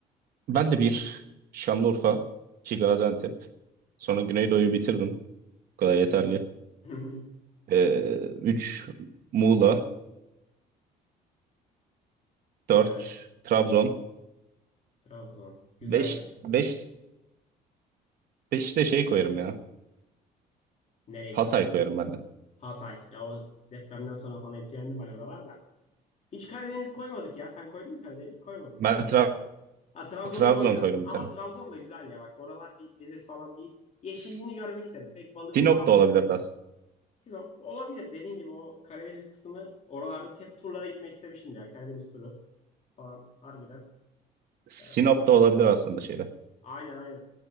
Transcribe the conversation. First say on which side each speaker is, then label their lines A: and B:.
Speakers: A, on the right; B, on the left.
A: ben de bir Şanlıurfa, iki Gaziantep, sonra Güneydoğu'yu bitiririm. Bu kadar yeterli.
B: <laughs>
A: Ee, üç Muğla, dört
B: Evet,
A: Trabzon,
B: Trabzon. Güzel
A: beş,
B: ya.
A: beş, beş de şey koyarım ya.
B: Nereyi
A: Hatay
B: koyarsın?
A: koyarım ben de.
B: Hatay. Ya o depremden sonra falan etkilendi bayağı oralar da. Hiç Karadeniz koymadık ya. Sen koydun mu Karadeniz? Koymadın.
A: Ben Tra-
B: Ha Trabzon'u
A: Trabzon
B: koydun.
A: koyarım
B: Ama
A: bir tane.
B: Trabzon da güzel ya bak. Oralar bir Rize falan bir yeşilliğini
A: S-
B: görmek isterim. Pek balık
A: Sinop
B: falan.
A: da olabilir aslında.
B: Sinop olabilir. Dediğin gibi o Karadeniz kısmı oralarda hep turlara gitmek istemiştim ya. Karadeniz turu falan harbiden.
A: Sinop
B: Ee, oralara
A: da
B: git.
A: olabilir aslında şeyde.
B: Aynen aynen.